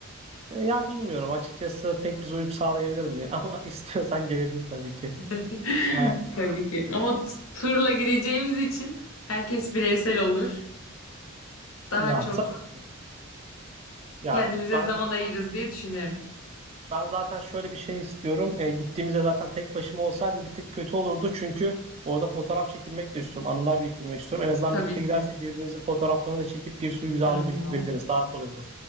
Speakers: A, on the right (about 30°); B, on the left (about 70°).
A: E, Ya bilmiyorum açıkçası pek biz uyum sağlayabilir mi? <laughs> Ama istiyorsan gelebilir tabii ki.
B: <laughs>
A: E,
B: Tabii ki. Ama t- turla gideceğimiz için herkes bireysel olur. Daha
A: ya
B: çok
A: tabii ki. Ya
B: kendimize
A: ben
B: zaman
A: zaten,
B: ayırırız diye düşünüyorum.
A: ben zaten şöyle bir şey istiyorum. E, gittiğimizde zaten tek başıma olsaydım bir tık kötü olurdu. Çünkü orada fotoğraf çekilmek de istiyorum. Anılar biriktirmek istiyorum. En azından
B: Tabii
A: birlikte
B: ki.
A: gidersek birbirimizin fotoğraflarını da çekip bir sürü güzel
B: Hı
A: anı biriktirebiliriz.
B: hı.
A: Daha kolay olur.